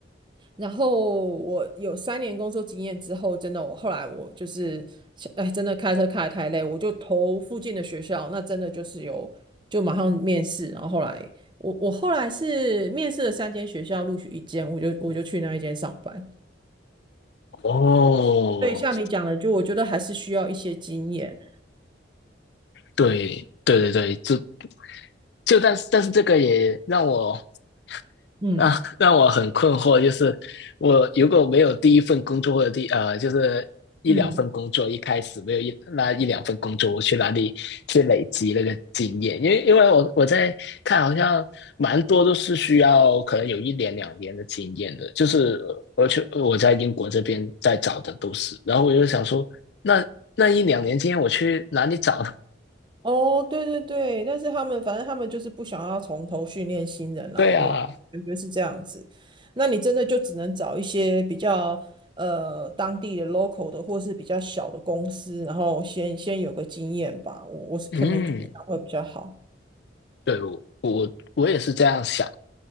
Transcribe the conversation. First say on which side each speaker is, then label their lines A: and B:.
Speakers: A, on the right; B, on the left.
A: 然后我有三年工作经验之后，真的我后来我就是哎，真的开车开得太累，我就投附近的学校，那真的就是有就马上面试。然后后来我我后来是面试了三间学校，录取一间，我就我就去那一间上班。
B: 哦，
A: 对，像你讲的，就我觉得还是需要一些经验。
B: 对，对对对，就就但是但是这个也让我 <laughs>
A: 嗯
B: 那让我很困惑，就是我如果没有第一份工作或者第呃，就是一两份工作，
A: 嗯，
B: 一开始没有一那一两份工作，我去哪里去累积那个经验？因为因为我我在看，好像蛮多都是需要可能有一年两年的经验的，就是我去我在英国这边在找的都是，然后我就想说，那那一两年经验我去哪里找呢
A: 哦，对对对，但是他们反正他们就是不想要从头训练新人啦，
B: <laughs> 对啊，
A: 我感觉是这样子。那你真的就只能找一些比较呃当地的 local 的，或是比较小的公司，然后先先有个经验吧。我我是可能觉得会比较好。
B: 嗯，对我我我也是这样想